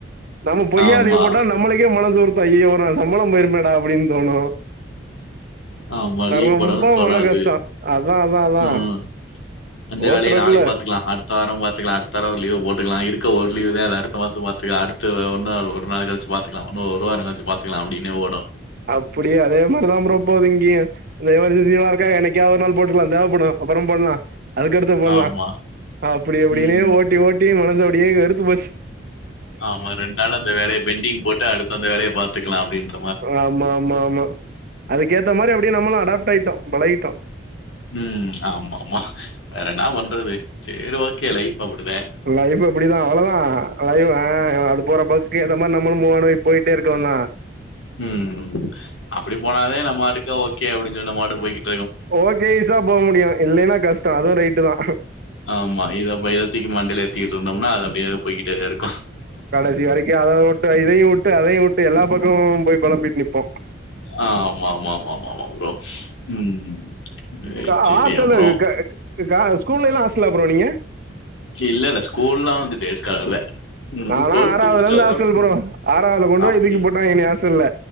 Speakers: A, on the right; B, on the left.
A: நம்ம பொய்யா
B: ஆமா
A: லீவு போட்டா நம்மளுக்கே மனசு உறுத்து ஐயயோ ஒரு நாள் சம்பளொ போயிருமேடா அப்டின் தோணு
B: ஆமா லீவு
A: ரொம்ப
B: போடவுந் தோணாது
A: மன கஷ்டோ அதா அதா அதா
B: ம் அந்த
A: ஓட்டுறக்குள்ள
B: வேலைய நாளக்கி பாத்துக்கலா அடுத் த வாரொ பாத்துக்கலா அடுத்தாரொ ஒரு லீவ போட்டுக்கலா இருக்க ஒரு லீவு தே அத அடுத்த மாசொ பாத்து அடுத்து ஒரு நாள் ஒரு நாள் கழிச்சு பாத் துக்லா இன்னொ ஒருவாரங்கழுச்சு பாத்துக்கலா அப்டின்னே ஓடு
A: அப்புடியே அதே மாரிதா ப்ரோ போது இங்கியு இந்த எமர்ஜன்சி வாருக்காக என்னெக் கியாவ்து ஒரு நாள் போட்டுகலா தேவப்படு அப்பறொ போட்லா அதுக்கடுத்து போட்லா
B: ஆமா
A: அப்டி அப்டினே
B: ம்
A: ஓட்டி ஓட்டி மனசு அப்டியே வெறுத்து போச்
B: ஆமா ரெண்டு நாள் அந்த வேலய பெண்டிங் போட்டு அடுத்த அந்த வேலய பாத்துக்கலா அப்டின்
A: ஆமா ஆமா ஆமா அதுக்கேத்த மாரி அப்டியே நம்மளு அடாப்ட் ஆயிட்டோ பழகிட்டோ
B: ம் ஆமா ஆமா வேற என்னா பண்றது சேரி ஓகே லைஃப் அப்டிதே
A: லைஃப் அப்டிதா அவ்ளோ தா லைவ் அ போற போக்குக்கு ஏத்த மாரி நம்மளு மூவ் ஆன போயிட்டே இருக்கலாந் தா
B: ம் அப்புடி போனாதே நம்ம வாட்டுக்க ஓகே அப்டின் சொல்லி நம்ம வாட்டுக்கு போயி
A: ஓகே ஸ்சா போ முடியு இல்லென்னா கஷ்டொ அதுவு ரைட்டு தா
B: ஆமா இத ப இத தூக்கி மண்டையில ஏத்திகிட்ருந்தோம்னா அது அப்டியே போய்கிட்டேதே இருக்கு
A: இது வரைக்கு யார் யாரோ ஓட் டு இதையு விட்டு அதையு விட்டு எல்லா பக்கமு போய் கொளம்பிட் நிப்போ
B: ஆ ஆமா ஆமா ஆமா ஆமா ப்ரோ ம் அ
A: கா
B: சரி
A: ஹாஸ்டல்ல
B: அப்புறம்
A: க க ஸ்கூல்லெல்லா ஹாஸ்டல்லா ப்ரோ நீங்க
B: இல்ல இல்ல ஸ்கூல்லா வந்து டேஸ் ஸ்காலர் தான். ம்
A: நாலா ஆறாவதுல
B: முடிச்சதோட
A: இருந்து ஹாஸ்டல் ப்ரோ ஆறாவதுல கொண்டு
B: அப்படி.
A: போய் தூக்கி போட்டாங்கெ என்னய ஹாஸ்டல்ல